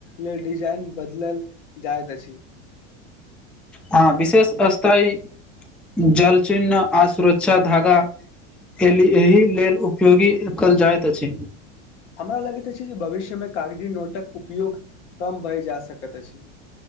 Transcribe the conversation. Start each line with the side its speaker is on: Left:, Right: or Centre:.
Left: लेल डिजाइन बदलल जायत अछि
Centre: हँ विशेष स्तइ जल चिन्न आ सुरक्षा धागा एहि एहि लेल उपयोगी कयल जाइत अछि
Left: हमरा लगैत अछि जे भविष्य मे कारगरी नोटक उपयोग कम भय जा सकैत अछि